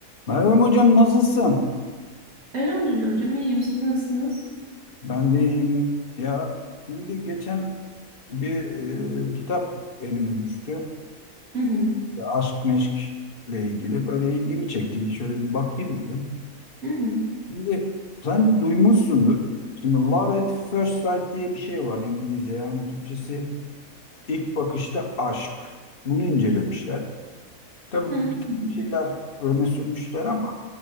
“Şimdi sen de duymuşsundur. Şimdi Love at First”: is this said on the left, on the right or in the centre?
Left